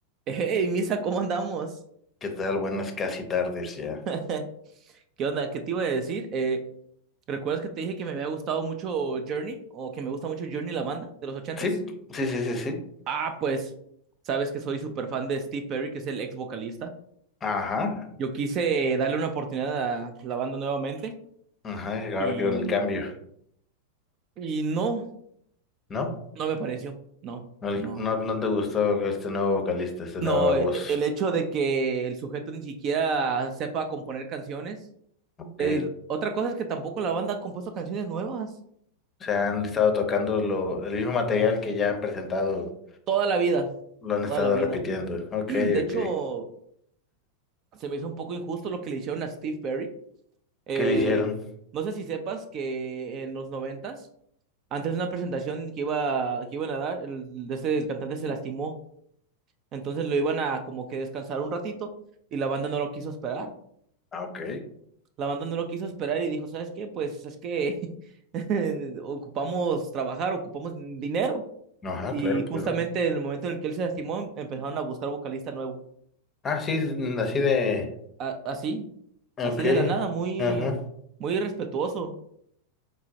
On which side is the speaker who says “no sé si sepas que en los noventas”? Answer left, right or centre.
Right